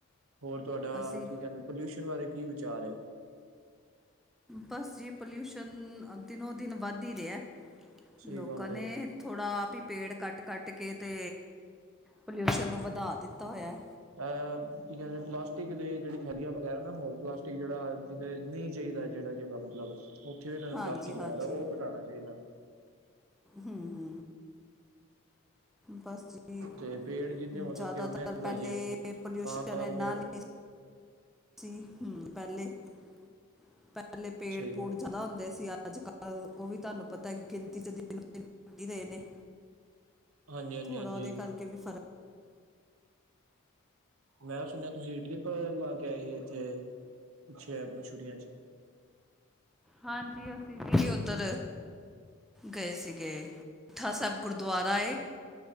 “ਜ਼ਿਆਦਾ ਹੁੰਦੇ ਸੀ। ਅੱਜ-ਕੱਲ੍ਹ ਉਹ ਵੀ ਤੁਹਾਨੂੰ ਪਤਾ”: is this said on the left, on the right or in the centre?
Centre